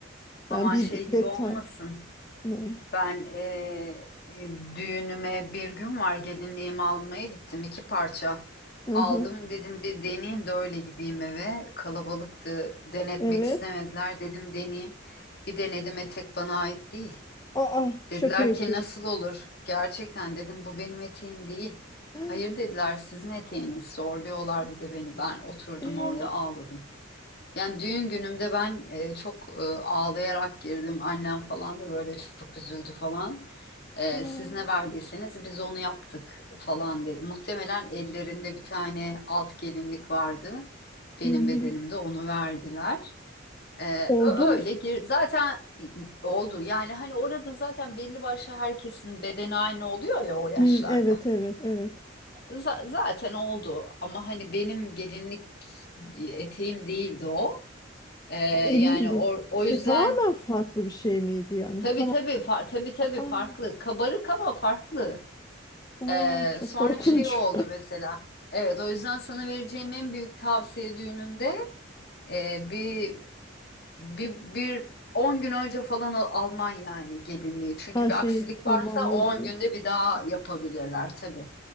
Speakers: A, on the left; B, on the left.
A: Ama
B: Yani bir
A: şey
B: de-
A: gibi
B: detay.
A: olmasın.
B: Ne?
A: Ben eee, e, düğünüme bir gün var gelinliğimi almaya gittim iki parça
B: Hı
A: aldım dedim bir deneyeyim de öyle gideyim eve kalabalıktı denetmek
B: Evet.
A: istemediler dedim deneyeyim bir denedim etek bana ait değil
B: Aa şaka
A: dediler
B: yapıyorsun.
A: ki nasıl olur gerçekten dedim bu benim eteğim değil
B: <gasps>
A: hayır dediler sizin eteğiniz zorluyorlar bir de beni ben oturdum
B: Ee,
A: orada ağladım. Yani düğün günümde ben e, çok e, ağlayarak girdim. Annem falan da böyle çok üzüldü falan. Ee,
B: aa.
A: siz ne verdiyseniz biz onu yaptık falan dedi. Muhtemelen ellerinde bir tane alt gelinlik vardı. Benim
B: Hı hı.
A: bedenimde onu verdiler. Ee,
B: Oldu
A: ö-
B: mu?
A: öyle gir. Zaten oldu. Yani hani orada zaten belli başlı herkesin bedeni aynı oluyor ya o yaşlarda.
B: Hı, evet evet evet.
A: Za- zaten oldu. Ama hani benim gelinlik eteğim değildi o. Ee, yani
B: Emindin.
A: o, o
B: Şey
A: yüzden
B: tamamen farklı bir şey miydi yani?
A: tabii
B: Tamam.
A: tabii fa- tabii tabii
B: Aa,
A: farklı. Kabarık ama farklı.
B: aa,
A: Ee,
B: çok
A: sonra
B: korkunç.
A: şey oldu mesela. Evet, o yüzden sana vereceğim en büyük tavsiye düğününde e, bir bir bir 10 gün önce falan al- alman yani gelinliği.
B: <laughs>
A: Çünkü
B: Her
A: bir
B: şeyi
A: aksilik
B: tamamla
A: varsa o 10
B: diyorsun.
A: günde bir daha yapabilirler tabii.